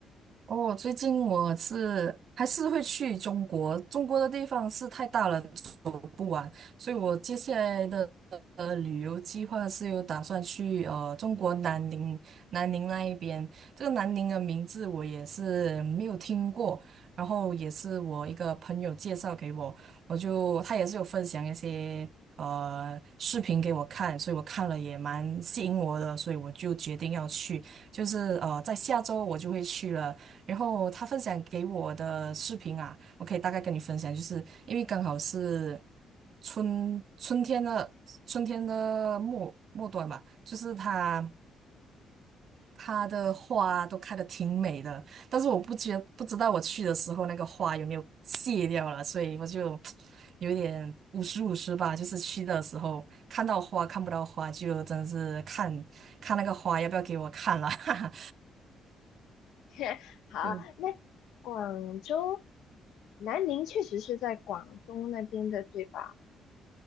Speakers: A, on the right; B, on the left.
A: 哦，最近我是还是会去中国，中国的地方是太大了，走不完，所以我接下来的呃旅游计划是有打算去呃中国南宁，南宁那一边。这个南宁的名字我也是没有听过，然后也是我一个朋友介绍给我，我就他也是有分享一些呃视频给我看，所以我看了也蛮吸引我的，所以我就决定要去。就是呃，在下周我就会去了。然后他分享给我的视频啊，我可以大概跟你分享，就是因为刚好是春春天的春天的末末端嘛，就是它它的花都开的挺美的，但是我不觉不知道我去的时候那个花有没有谢掉了，所以我就 <tsk> 有一点五十五十吧，就是去的时候看到花看不到花，就真的是看看那个花要不要给我看了，<laughs> 哈哈，
B: <laughs> 好，
A: 对。
B: 那广州，南宁确实是在广东那边的，对吧？